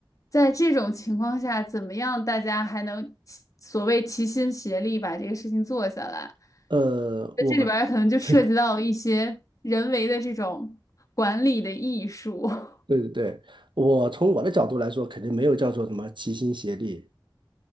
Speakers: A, on the left; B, on the right.
A: 在这种情况下，怎么样大家还能齐所谓齐心协力把这个事情做下来？
B: 呃，
A: 那这里边儿可能就涉及到一些人为的这种管理的艺术。
B: 我，<laughs>
A: <laughs>
B: 对对对，我从我的角度来说，肯定没有叫做什么齐心协力